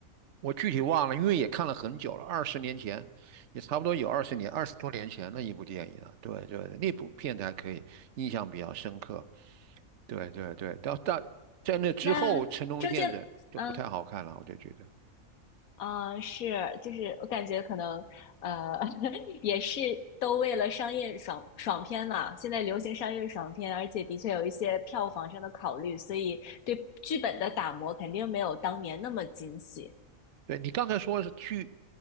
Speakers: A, on the right; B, on the left.
A: 我具体忘了，因为也看了很久了，二十年前，也差不多有二十年，二十多年前的一部电影了。对对，那部片子还可以，印象比较深刻。对对对，到但在那之后，
B: 那周杰，
A: 成龙的片子就不太好看了，
B: 嗯。
A: 我就觉得。
B: 嗯，是，就是我感觉可能，呃，<laughs> 也是都为了商业爽爽片嘛。现在流行商业爽片，而且的确有一些票房上的考虑，所以对剧本的打磨肯定没有当年那么精细。
A: 对你刚才说是剧